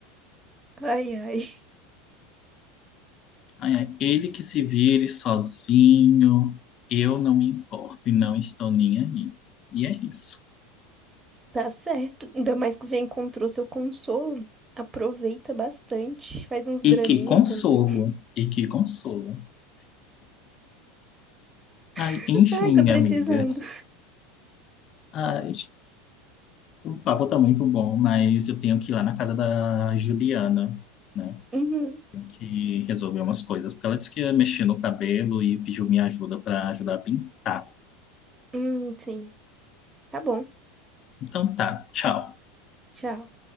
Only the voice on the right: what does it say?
Ai, ai.
Tá certo. Ainda mais que você já encontrou seu consolo. Aproveita bastante. Faz uns
draminha
também.
<laughs>
Ai, tô precisando.
Uhum.
Hum, sim. Tá bom.
Tchau.